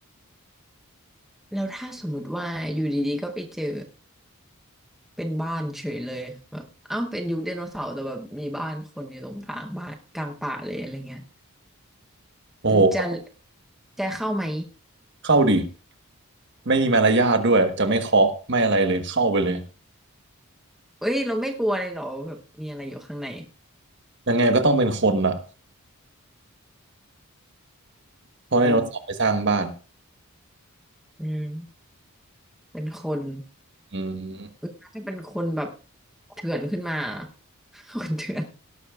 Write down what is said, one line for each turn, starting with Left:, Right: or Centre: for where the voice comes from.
Centre: แล้วถ้าสมมติว่าอยู่ดีๆก็ไปเจอเป็นบ้านเฉยเลยแบบเอ้าเป็นยุคไดโนเสาร์แต่แบบมีบ้านคนอยู่ตรงกลางบ้านกลางป่าเลยอะไรเงี้ย
Right: โอ้โห
Centre: จะจะเข้าไหม
Right: เข้าดิไม่มีมารยาทด้วยจะไม่เคาะไม่อะไรเลยเข้าไปเลย
Centre: เอ้ยเราไม่กลัวเลยเหรอแบบมีอะไรอยู่ข้างใน
Right: ยังไงก็ต้องเป็นคนอ่ะเพราะไดโนเสาร์ไปสร้างบ้าน
Centre: เอออืมเป็นคน
Right: อืม
Centre: เอ้ยถ้าเป็นคนแบบเถื่อนขึ้นมา <laughs> คนเถื่อน